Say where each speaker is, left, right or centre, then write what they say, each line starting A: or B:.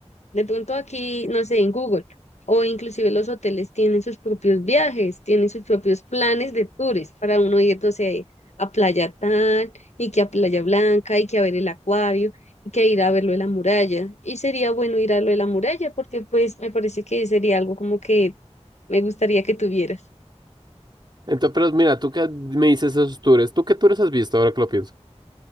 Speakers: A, on the left; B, on the right.
A: de pronto aquí, no sé, en Google, o inclusive los hoteles tienen sus propios viajes, tienen sus propios planes de tours para uno ir, no sé, a Playa Tal y que a Playa Blanca y que a ver el acuario y que ir a ver lo de la muralla. Y sería bueno ir a lo de la muralla porque pues me parece que sería algo como que me gustaría que tuvieras.
B: Entonces, pero mira, tú que me dices esos tours, ¿tú qué tours has visto ahora que lo pienso?